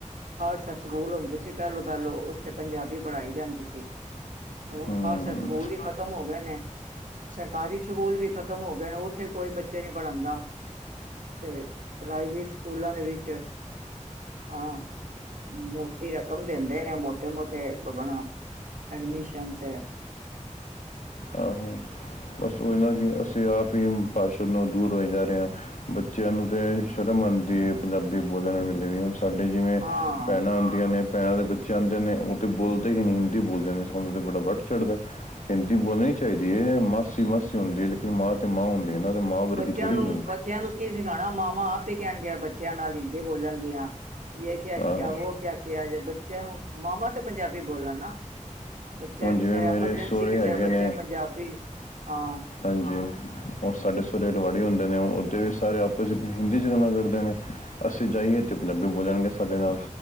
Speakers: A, on the right (about 85°); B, on the left (about 75°).
A: ਖਾਲਸਾ ਸਕੂਲ ਹੁੰਦੇ ਸੀ ਪੈਲੋ-ਪੈਲੋ ਉਥੇ ਪੰਜਾਬੀ ਪੜਾਈ ਜਾਦੀ ਸੀ। ਹੁਣ
B: ਹਮ,
A: ਖਾਲਸਾ ਸਕੂਲ ਹੀ ਖ਼ਤਮ ਹੋ ਗਏ ਨੇ ਸਰਕਾਰੀ ਸਕੂਲ ਵੀ ਖਤਮ ਹੋ ਗਏ ਨੇ ਉੱਥੇ ਕੋਈ ਬੱਚੇ ਨਹੀ ਪੜ੍ਹਾਉਦਾ। ਤੇ ਪ੍ਰਾਈਵੇਟ ਸਕੂਲਾਂ ਦੇ ਵਿਚ ਹਾਂ ਮੋਟੀ ਰਕਮ ਦਿੰਦੇ ਨੇ ਮੋਟੇ <unintelligible> ਐਡਮੀਸ਼ਨ ਤੇ
B: ਆਹੋ, ਬਸ ਉਹ ਨਾ ਕਿ ਅਸੀਂ ਆਪ ਹੀ <unintelligible> ਦੂਰ ਹੋਏ ਜਾ ਰਹੇ ਹਾਂ। ਬੱਚਿਆਂ ਨੂੰ ਤੇ ਸ਼ਰਮ ਆਉਦੀ ਹੈ। ਪੰਜਾਬੀ ਬੋਲਣ ਵੇਲੇ ਵੀ ਸਾਡੇ ਜਿਵੇਂ
A: ਹਾਂ
B: ਭੈਣਾਂ ਆਂਦੀਆਂ ਨੇ ਪੈਰਾ ਦੇ ਵਿੱਚ ਚਾਹੁੰਦੇ ਨੇ ਉਹ ਤੇ ਬੋਲਦੇ ਹੀ ਨਹੀਂ ਹਿੰਦੀ ਬੋਲਦੇ ਨੇ ਸਾਨੂੰ ਬੜਾ ਵੱਟ ਚੜਦਾ। ਬੋਲਣੀ ਚਾਹੀਦੀ ਹੈ। ਮਾਸੀ- ਮਾਸੀ ਹੁੰਦੀ ਲੇਕਿਨ ਮਾਂ ਤੇ ਮਾਂ ਹੁੰਦੀ। ਹੈ ਨਾ ਤੇ ਮਾਂ ਵਰਗੀ
A: ਬੱਚਿਆਂ
B: ਥੋੜੀ
A: ਨੂੰ
B: ਹੈ
A: ਬੱਚਿਆਂ ਨੂੰ ਕੀ ਸਿਖਾਉਣਾ ਮਾਵਾਂ ਆਪ ਹੀ ਕਹਿਣ ਗਿਆ ਬੱਚਿਆਂ ਨਾਲ ਹਿੰਦੀ ਬੋਲਣਗੀਆਂ। ਯ ਕਿਆ ਕਿਆ
B: ਆਹੋ
A: ਵੋ ਕਿਆ ਕੇ ਜੇ ਬੱਚਿਆਂ ਨੂੰ ਮਾਵਾ ਤਾਂ ਪੰਜਾਬੀ ਬੋਲਣ ਨਾ ਬੱਚਾ
B: ਹੁਣ
A: ਕਿਸੇ
B: ਜਿਵੇਂ ਮੇਰੇ
A: ਐਮਰਜੈਂਸੀ
B: ਸਹੁਰੇ
A: ਕਿਸੇ
B: ਹੈਗੇ
A: ਬੱਚੇ
B: ਨੇ
A: ਪੰਜਾਬੀ ਹਾਂ।
B: ਹਾਂਜੀ, ਉਹ ਸਾਡੇ ਸੁਹਰੇ ਰਵਾੜੀ ਹੁੰਦੇ ਨੇ ਉਓਦੇ ਵੀ ਸਾਰੇ ਆਪਸ ਹਿੰਦੀ ਚ ਗੱਲਾਂ ਕਰਦੇ ਨੇ। ਅਸੀਂ ਜਾਈਏ ਤੇ ਪੰਜਾਬੀ ਬੋਲਣਗੇ ਸਾਡੇ ਨਾਲ